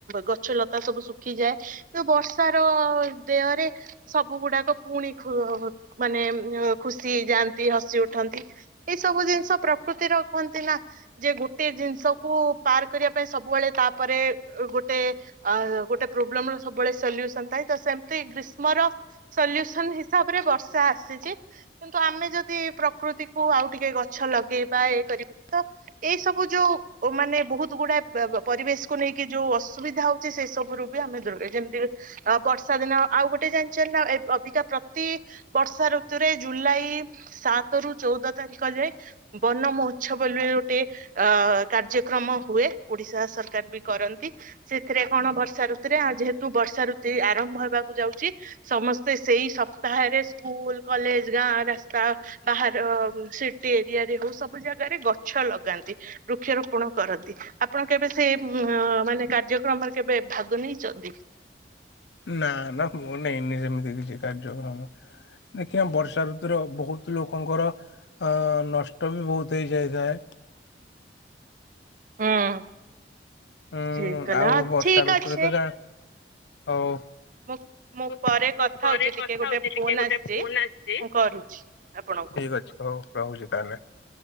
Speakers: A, on the right; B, on the left.
A: ଗଛ ଲତା ସବୁ ଶୁଖିଯାଏ ତ ବର୍ଷାର ଦେହରେ ସବୁ ଗୁଡାକ ପୁଣି ଖୁ ଉ ମାନେ ଖୁସି ଏଇ ଯାଆନ୍ତି ହସି ଉଠନ୍ତି। ଏଇ ସବୁ ଜିନିଷ ପ୍ରକୃତିର କୁହନ୍ତି ନା ଯେ ଗୋଟେ ଜିନିଷକୁ ପାର୍ କରିଆ ପାଇଁ ସବୁବଳେ ତାପରେ ଗୋଟେ ଆ ଗୋଟେ ପ୍ରୋବ୍ଲେମ ର ସବୁବେଳେ ସଲ୍ୟୁସନ ଥାଏ ତ ସେମ୍ ସେଇ ଗ୍ରୀଷ୍ମ ର ସଲ୍ୟୁସନ ହିସାବରେ ବର୍ଷା ଆସିଛି। କିନ୍ତୁ ଆମେ ଯଦି ପ୍ରକୃତିକୁୁ ଆଉ ଟିକେ ଗଛ ଲଗେଇବା ଏ କରି ତ ଏଇ ସବୁ ଯୋଉ ଓ ମାନେ ବହୁତ୍ ଗୁଡାଏ ବେ ବ ପରିବେଶକୁ ନେଇକି ଯୋଉ ଅସୁବିଧା ହଉଚି ସେ ସବୁ ରୁ ବି ଆମେ ଦୂରରେ ଯେମତିକି ଅ ବର୍ଷା ଦିନ ଆଉ ଗୋଟେ ଜାଣିଛନ୍ତି ନା ଅବିକା ପ୍ରତି ବର୍ଷା ଋତୁରେ ଜୁଲାଇ ସାତ ରୁ ଚଉଦ ତାରିଖ ଯାଏ ବନମୋହ ଛ ବୋଲି ଗୋଟିଏ ଆ କାର୍ଯ୍ୟକ୍ରମ ହୁଏ ଓଡିଶା ସରକାର ବି କରନ୍ତି। ସେଥିରେ କଣ ବର୍ଷା ଋତୁରେ ଆ ଯେହେତୁ ବର୍ଷା ଋତୁ ଆରମ୍ଭ ହେବାକୁ ଯାଉଚି। ସମସ୍ତେ ସେଇ ସପ୍ତାହେରେ ସ୍କୁଲ କଲେଜ ଗାଁ ରାସ୍ତା ବାହାର ସିଟି ଏରିଆ ରେ ହଉ ସବୁ ଜାଗାରେ ଗଛ ଲଗାନ୍ତି। ବୃକ୍ଷରୋପଣ କରନ୍ତି। ଆପଣ କେବେ? ସେ ମାନେ କାର୍ଯ୍ୟକ୍ରମରେ କେବେ ଭାଗ ନେଇଚନ୍ତି?
B: ନା ନା ମୁଁ ନେଇନି ସେମିତି କିଛି କାର୍ଯ୍ୟକ୍ରମ ଦେଖିଆ ବର୍ଷା ଋତୁୁର ବହୁତ ଲୋକଙ୍କର ଅ ନଷ୍ଟ ବି ବହୁତ୍ ହେଇଯାଇଥାଏ।
A: ହୁଁ
B: ଉଁ
A: ସିଏ କଲେ
B: ଆଉ
A: ହଁ
B: ବର୍ଷା
A: ଠିକ୍
B: ଋତୁରେ
A: ଅଛି।
B: ତ ଯା ହଉ।
A: ମୁଁ
B: ମୁଁ
A: ପରେ କଥା
B: ପରେ
A: ହଉଛି ଟିକେ
B: କଥା
A: ଗୋଟେ
B: ହଉଚି ଟିକେ
A: ଫୋନ
B: ଗୋଟେ
A: ଆସିଛି
B: ଫୋନ ଆସିଚି,
A: ମୁଁ କରୁଛି ଆପଣଙ୍କୁ
B: ଠିକ ଅଛି ହଉ। ରହୁଚି ତାହେଲେ।